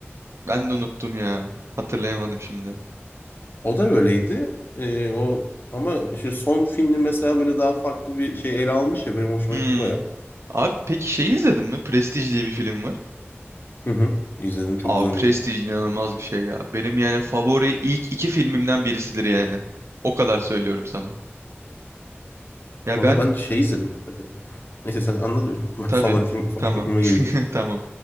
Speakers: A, on the right; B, on the left.
A: ben de unuttum ya. Hatırlayamadım şimdi.
B: O da böyleydi. E, o ama işte son filmi mesela böyle daha farklı bir şey ele almış ya benim hoşuma
A: Hmm.
B: gitti baya.
A: Abi peki şeyi izledin mi? Prestige diye bir film var.
B: Hı hı. İzledim çok
A: Abi
B: güzeldi.
A: Prestige inanılmaz bir şey ya. Benim yani favori ilk iki filmimden birisidir yani. O kadar söylüyorum sana. Ya
B: Valla
A: ben
B: ben şey izledim. Neyse sen anlat. <laughs> Ben
A: tabii
B: Favori film
A: tamam
B: başka filme
A: <laughs>
B: gelelim.
A: tamam.